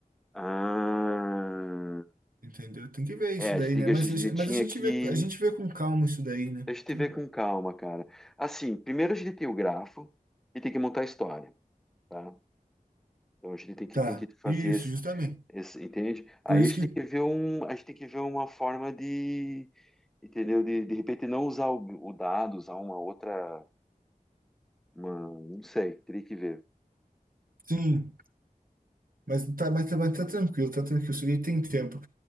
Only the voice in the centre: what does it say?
Ah,
é,
a
gente,
a gente
tinha
que.
A gente
vê com calma, cara. Assim, primeiro a gente tem o grafo e tem que montar a história, tá? Então a gente tem que,
tem que fazer
esse,
esse- entende? Aí
a gente
tem que ver um, a gente tem que ver uma forma de, entendeu? De, de repente não usar o, o dado, usar uma outra, uma, não sei, teria que ver.